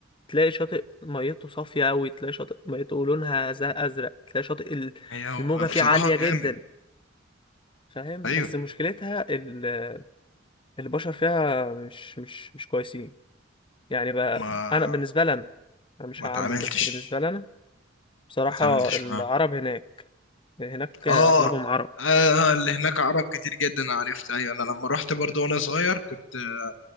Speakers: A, on the left; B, on the left.
A: تلاقي شاطئ ميته صافيه قوي تلاقي شاطئ ميته لونها زي ازرق تلاقي شاطئ ال-
B: هي هو
A: الموجه
B: بصراحة
A: فيه عاليه
B: جامد
A: جدا فاهم
B: أيوه
A: بس مشكلتها ال- البشر فيها مش مش مش كويسين يعني بقى
B: ما
A: انا بالنسبه لي انا أنا مش
B: ما
A: هعمم
B: تعاملتش
A: بس بالنسبه لي انا بصراحه
B: ما تعاملتش
A: العرب هناك هناك اغلبهم
B: اه
A: عرب
B: آه، اللي هناك عرب كتير جدا عرفت ايوه انا لما رحت برضو وانا صغير كنت آه،